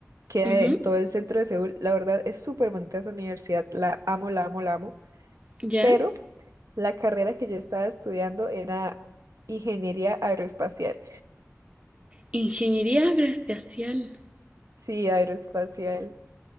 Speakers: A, on the right; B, on the right.
A: que
B: ujú,
A: en todo el centro de Seúl. La verdad es súper bonita esa universidad, la amo, la amo, la amo.
B: ya.
A: pero la carrera que yo estaba estudiando era ingeniería aeroespacial.
B: Ingeniería agroespacial.
A: Sí, aeroespacial,